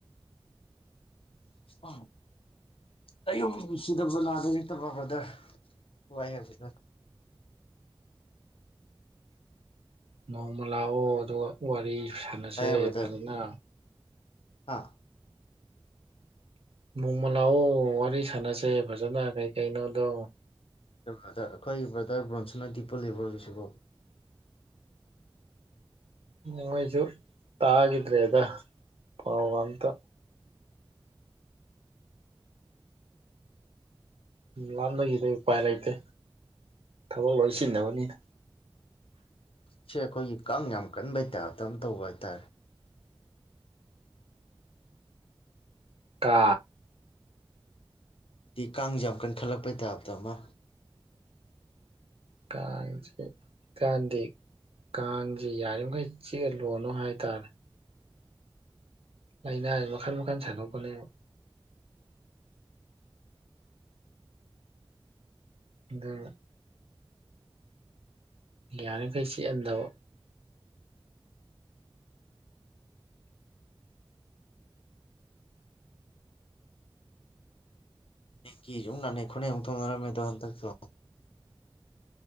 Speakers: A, on the left (about 75°); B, on the right (about 85°).
A: ꯑ ꯍꯩꯌꯨꯝꯁꯤꯗꯕ ꯅꯥꯗ ꯌꯦꯛꯇꯕ ꯕꯔꯗꯔ ꯋꯥꯏ <unintelligible>
B: ꯅꯣꯡꯃ ꯂꯥꯛꯑꯣ ꯑꯗꯨꯒ ꯋꯥꯔꯤ ꯁꯥꯟꯅꯁꯦ
A: ꯋꯥꯏꯍꯦ ꯕ꯭ꯔꯗꯔ
B: ꯐꯖꯅ
A: ꯍꯥ
B: ꯅꯣꯡꯃ ꯂꯥꯛꯑꯣ ꯋꯥꯔꯤ ꯁꯥꯟꯅꯁꯦ ꯐꯖꯅ ꯀꯩ ꯀꯩꯅꯣꯗꯣ
A: ꯑꯦ ꯕ꯭ꯔꯗꯔ ꯑꯩꯈꯣꯏꯒꯤ ꯕ꯭ꯔꯗꯔ ꯕ꯭ꯔꯣꯟꯁꯅꯗꯤ ꯄꯨꯜꯂꯤꯕ꯭ꯔꯣ ꯍꯧꯖꯤꯛꯁꯤꯕꯣ
B: ꯃꯣꯏꯁꯨ ꯇꯥꯒꯤꯗ꯭ꯔꯦꯗ ꯄꯥꯎꯒ ꯑꯝꯇ ꯂꯥꯞꯅꯈꯤꯗꯩ ꯎꯄꯥꯏ ꯂꯩꯇꯦ ꯊꯕꯛ ꯂꯣꯏ ꯆꯤꯟꯅꯕꯅꯤꯅ
A: ꯁꯤ ꯑꯩꯈꯣꯏꯒꯤ ꯀꯥꯡ ꯌꯥꯝ ꯀꯟꯕꯩ ꯇꯥꯏꯞꯇ ꯑꯝ ꯇꯧꯕ ꯍꯥꯏꯇꯥꯔꯦ
B: ꯀꯥ
A: ꯇꯤ ꯀꯥꯡꯁꯦ ꯌꯥꯝ ꯀꯟꯈꯠꯂꯛꯄꯩ ꯇꯥꯏꯞꯇ ꯑꯃ
B: ꯀꯥꯡꯁꯦ ꯀꯥꯟꯗꯤ ꯀꯥꯡꯁꯦ ꯌꯥꯔꯤꯃꯈꯩ ꯆꯦꯜꯂꯣꯅꯣ ꯍꯥꯏꯇꯥꯔꯦ ꯂꯩꯅꯥꯁꯦ ꯃꯈꯜ ꯃꯈꯜ ꯁꯟꯗꯣꯛꯄꯅꯦꯕ ꯑꯗꯨ ꯌꯥꯔꯤꯈꯩ ꯆꯤꯛꯍꯟꯗꯕ
A: ꯅꯦꯡꯀꯤ ꯁꯨ ꯑꯃꯨ ꯅꯥꯅꯩ ꯈꯣꯅꯩ ꯑꯃꯨꯛ ꯊꯣꯡꯅꯔꯝꯃꯦꯗꯣ ꯍꯟꯗꯛꯇꯣ